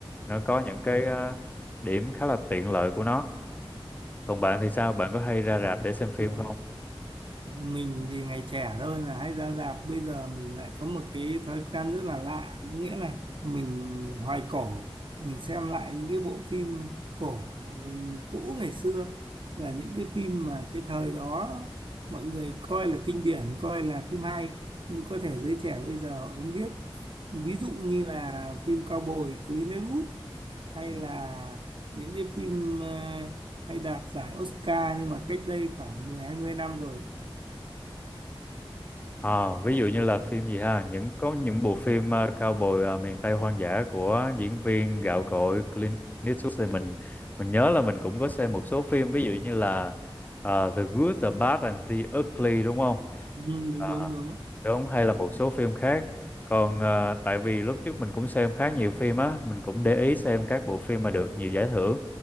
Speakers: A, on the left (about 15°); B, on the right (about 55°).
A: nó có những cái ờ, điểm khá là tiện lợi của nó còn bạn thì sao bạn có hay ra rạp để xem phim
B: ừ.
A: không
B: mình thì ngày trẻ thôi là hay ra rạp bây giờ mình lại có một cái thói quen rất là lạ có nghĩa là mình hoài cổ mình xem lại những cái bộ phim cổ ừm, cũ ngày xưa là những cái phim mà cái thời đó mọi người coi là kinh điển coi là phim hay nhưng có thể giới trẻ bây giờ họ không biết ví dụ như là phim Cao Bồi Clint Eastwood hay
A: Ừ.
B: là những cái phim ờ, hay đạt giải Oscar nhưng mà cách đây khoảng mười hai mươi năm rồi
A: À, ví dụ như là phim gì ha những có những bộ phim ờ, cao bồi ờ, miền Tây hoang dã của diễn viên gạo cội Clint Eastwood thì mình mình nhớ là mình cũng có xem một số phim ví dụ như là ờ, The Good, The Bad and The Ugly đúng không?
B: ừ, đúng
A: À,
B: đúng đúng
A: đúng hay là một số phim khác. Còn ờ, tại vì lúc trước mình cũng xem khá nhiều phim á, mình cũng để ý xem các bộ phim mà được nhiều giải thưởng